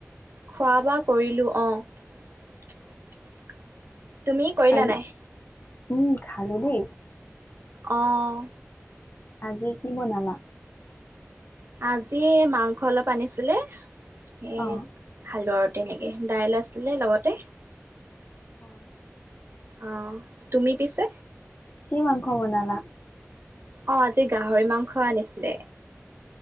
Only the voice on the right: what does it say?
খোৱা বোৱা কৰিলোঁ অহ তুমি কৰিলা
নাই
অঁহ
আজি মাংস অলপ আনিছিলে সেয়ে
খালো আ তেনেকে দাইল আছিলে লগতে
অহ তুমি পিছে
অহ আজি গাহৰি মাংস আনিছিলে